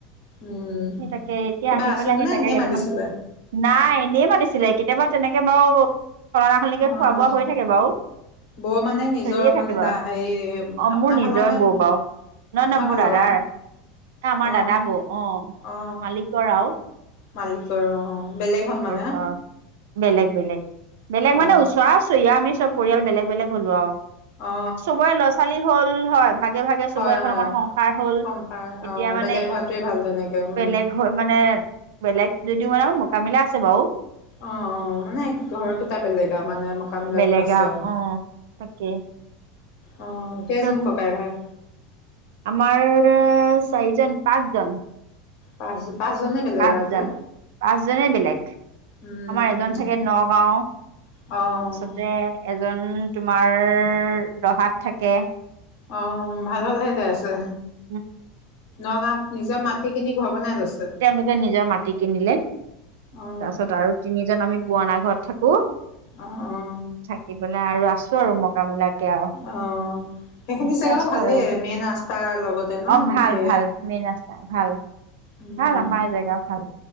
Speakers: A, on the left (about 60°); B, on the right (about 85°).
A: উম',
B: সেই তাকে এতিয়া
A: কিবা
B: আহি
A: আছিল
B: পেলাই সেই
A: নে
B: তাকে
A: এনে
B: কেইটামান
A: মাতিছিলে?
B: নাই। এনেই মাতিছিলে। কেতিয়াবা তেনেকে বাৰু খলনা খলনিকে
A: অ
B: খোৱা
A: অ
B: বোৱা হৈ থাকে বাৰু
A: বৌ মানে নিজৰ
B: চলিয়ে থাকিবা
A: মানে দা
B: বাৰু
A: হেৰি
B: অ
A: আপোনাৰ
B: মোৰ নিজৰ
A: ফালৰ নে
B: বৌ বাও নহ
A: আপোনাৰ
B: নহ মোৰ
A: ফালৰ
B: দাদাৰ ন আমাৰ
A: অ
B: দাদা বৌ অ,
A: অ
B: মালিকৰ আৰুও
A: মালিকৰ অ, বেলেগ হ'ল মানে
B: ঘৰ বেলেগ, বেলেগ, বেলেগ
A: অ
B: মানে ওচৰৰা চৰিয়া আমি চব পৰিয়াল বেলেগ বেলেগ হলো আৰু
A: অ
B: চবৰে ল'ৰা ছোৱালী হল হয়। ভাগে ভাগে চবৰে
A: হয়
B: এখন
A: হয়
B: এখন সংসাৰ হল।
A: সংসাৰ
B: এতিয়া
A: অ
B: মানে
A: বেলেগ হোৱাটোৱে ভাল তেনেকে উম
B: বেলেগ হৈ মানে বেলেগ যদিও মানে মোকামিলা আছে, বাৰু
A: অ', অ, মানে ঘৰ কেইটা বেলেগ আৰু মানে ককা মিলাটো
B: বেলেগ
A: আছে।
B: আৰু
A: অ,
B: তাকে
A: অ, কেইজনাম
B: চব
A: ককাই ভাই?
B: আমাৰ চাৰিজন পাঁচজন
A: পাঁচ পাঁচজনে বেলেগ
B: পাঁচজন
A: আও এতিয়া
B: পাঁচজনে বেলেগ
A: উম
B: আমাৰ এজন থাকে নগাঁও।
A: অ',
B: তাৰপিছতে
A: অ,
B: এজন তোমাৰ ৰহাত থাকে।
A: আহ, ভাল ভাল ঠাইতে আছে।
B: তাৰপিছত
A: নগাঁৱত নিজৰ মাটি কিনি ঘৰ বনাই লৈছে।
B: হেনেকে নিজৰ মাটি কিনিলে তাৰ
A: অ
B: পিছত আৰু তিনিজন আমি পুৰণা ঘৰত থাকো।
A: অ', অ,
B: থাকিপেলাই আৰু আছো আৰু মই মুকামিলা কে আৰু
A: অ', সেইখিনি
B: এনেকে
A: জেগাও
B: আছো
A: ভালেই
B: আৰু
A: মেইন ৰাস্তাৰ লগতে তে ন
B: অ ভাল
A: সেই
B: ভাল মেইন ৰাস্তা ভাল
A: উম
B: ভাল আমাৰ জেগা ভাল